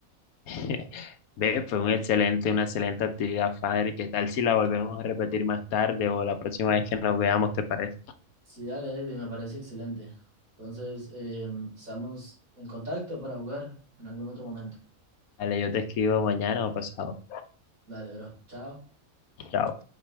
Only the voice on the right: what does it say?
Sí, dale, Evi, me parece excelente. Entonces, em, estamos en contacto para jugar en algún otro momento.
Dale, bro. Chao.